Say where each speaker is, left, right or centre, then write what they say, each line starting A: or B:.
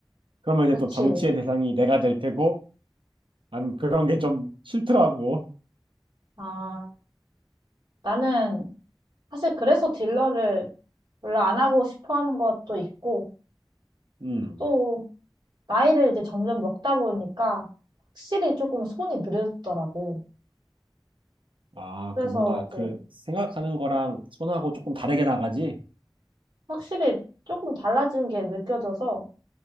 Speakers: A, on the right; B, on the right.
A: 그러면 이제
B: 그치?
A: 또 정치의 대상이 내가 될 테고, 난 그런 게 좀 싫더라고.
B: 아, 나는 사실 그래서 딜러를 별로 안 하고 싶어 하는 것도 있고,
A: 음.
B: 또 나이를 이제 점점 먹다 보니까 확실히 조금 손이 느려졌더라고.
A: 아,
B: 그래서
A: 그 뭔가
B: 이제
A: 그 생각하는 거랑 손하고 조금 다르게 나가지?
B: 확실히 조금 달라진 게 느껴져서,